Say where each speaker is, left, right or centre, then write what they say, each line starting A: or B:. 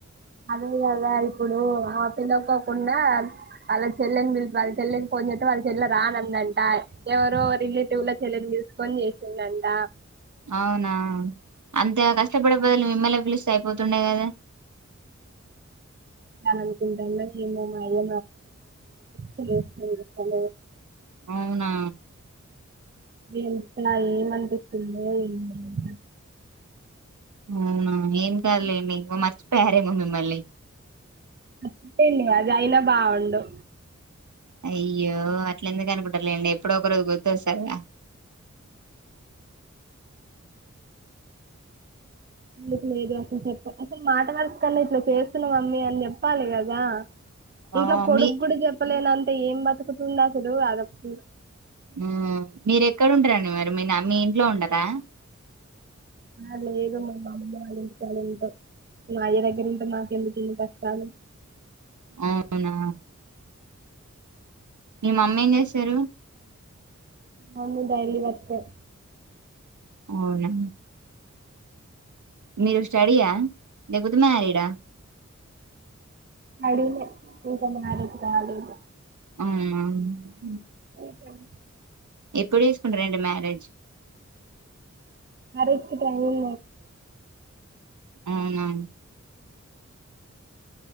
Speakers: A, on the right; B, on the right.
A: అదే కదా ఇప్పుడు ఆ పిలవకోకుండా వాళ్ళ చెల్లెని పిలిపి వాళ్ళ చెల్లికి ఫోన్ చేస్తే వాళ్ళ చెల్లి రానందంట ఎవరో రిలేటివ్ లో చెల్లెని పిలుసుకొని చేసిండంట
B: అవునా అంత గ కష్టపడె బదులు మిమ్మల్నె పిలిసి స్తే అయిపోతుండే కదా
A: తని అనుకుంటుందో ఏమో మరి <unintelligible>
B: అవునా
A: ఏప్పలా ఏం వంటకుంద ఇంట
B: అవునా ఏం కాాలండి ఇంకా మర్చిపో పెహరేమో మిమ్మల్ని
A: అ చట్టేండి అది అయినా బాగుండు
B: అయ్యో అట్ల ఎందుకు అనుకుంటారులేండి ఎప్పుడు ఒక రోజు గుర్తుస్తారూ
A: మీకు లేదు అసలు చెప్ప అసలు మాట వరసకు కన్నా ఇట్లా చేస్తున్నాం అమ్మీ అని చెప్పాలి కదా ఇంఇంట్లో
B: ఆ
A: కొడుకు
B: మీ
A: గుడు చెప్పలేన తే ఏం బతుకుతుంద అసలు అదప్పు
B: మ్మ్ ఆ మీరు ఎక్కడుంటరండి మరి మీ నా మీ ఇంట్లో ఉండరా
A: ఆ లేదు మా మా అమ్మమ్మ వాళ్ళ ఇంట్లో నే ఉంటాం మా అయ్య దగ్గరంచి <unintelligible> మాకెందుకు ఇన్ని కష్టాలు
B: అవునా మీ మమ్మి ఏం చేసారు
A: అవును డైలీ వర్కర్
B: అవునా మీరు స్టాడియా లేకపోతే తున్న ఈడ
A: అడిగిన నిజంగా రాలేదు నిజంగా రాలేదు
B: మ్మ్ ఆ
A: ఎట్లుంది
B: ఎప్పుడు వేసుకుంటంట మరేజ్
A: ఆ రచ్చి టందం
B: అవునా